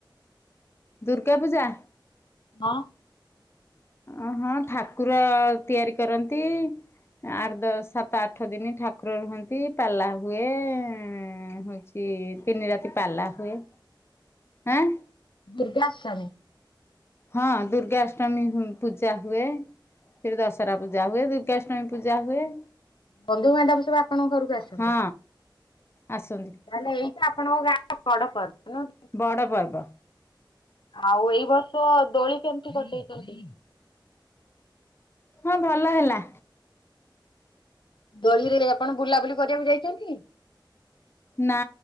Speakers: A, on the left; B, on the left.
A: ଦୁର୍ଗା ପୂଜା!
B: ହଁ।
A: ଅ ହଁ ଠାକୁର ତିଆରି କରନ୍ତି ଆଠ ଦଶ ସାତ ଆଠ ଦିନ ଠାକୁର ରୁହନ୍ତି ପାଲା ହୁଏ ଏ ହଉଛି ତିନି ରାତି ପାଲା ହୁଏ ଆଁ!
B: ଦୁର୍ଗାଷ୍ଟମି!
A: ହଁ ଦୁର୍ଗାଷ୍ଟମୀ ହୁଁ ପୂଜା ହୁଏ। ଫରେ ଦଶହରା ପୂଜା ହୁଏ, ଦୁର୍ଗାଷ୍ଟମୀ ପୂଜା ହୁଏ।
B: ବନ୍ଧୁବାନ୍ଧବ ସବୁ ଆପଣଙ୍କ ଘରକୁ ଆସନ୍ତି?
A: ହଁ ଆସନ୍ତି।
B: ତାହେଲେ ଏଇଟା ଆପଣଙ୍କ ଗାଁର ବଡ ପର୍ବ, ନୁଁକି?
A: ବଡ଼ ପର୍ବ।
B: ଆଉ ଏଇ ବର୍ଷ ଦୋଳି କେମିତି କଟେଇଛନ୍ତି?
A: ହଁ ଭଲ ହେଲା।
B: ଦୋଳିରେ ଆପଣ ବୁଲାବୁଲି କରିବାକୁ ଯାଇଛନ୍ତି?
A: ନା